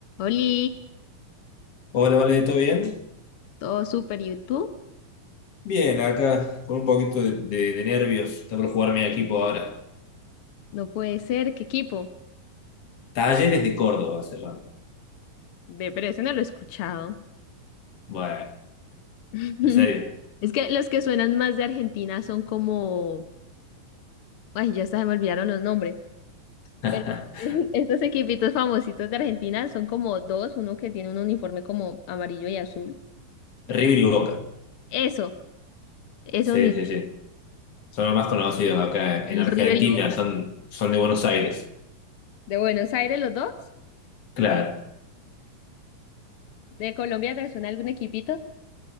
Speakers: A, on the left (about 70°); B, on the left (about 50°).
A: Oli,
B: Hola, vale, ¿todo bien?
A: todo súper YouTube.
B: Bien, acá con un poquito de, de- de nervios. Está por jugar mi equipo ahora.
A: No puede ser, qué equipo.
B: Talleres de Córdoba se llama.
A: Ve, pero ese no lo he escuchado.
B: Bueno,
A: <laughs>
B: en serio.
A: Es que los que suenan más de Argentina son como. Ay, ya hasta se me olvidaron los nombres.
B: <laughs>
A: Pero <laughs> estos equipitos famositos de Argentina son como dos: uno que tiene un uniforme como amarillo y azul.
B: River
A: creo.
B: y Boca.
A: Eso, eso
B: Sí,
A: mismo.
B: sí, sí. Son los más conocidos acá
A: El
B: en Argentina,
A: River y Boca.
B: son, son de Buenos Aires.
A: De Buenos Aires, los dos.
B: Claro.
A: De Colombia, ¿te suena algún equipito?